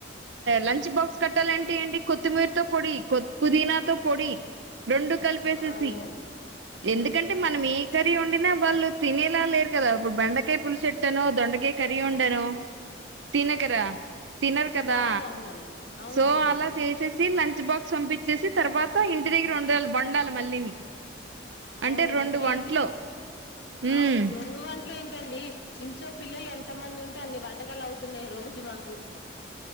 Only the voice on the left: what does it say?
అదేనండి
అవును అవునండి అవునండి
అవునండి
ఇప్పుడు
ఇడ్లీ
అవ్ రొండు వంట్ ఇంట్లో ఏంటండి ఇంట్లో పిల్లలు ఎంత మంది ఉంటె అన్ని వంటకాలు అవుతున్నాయి రోజు మాకు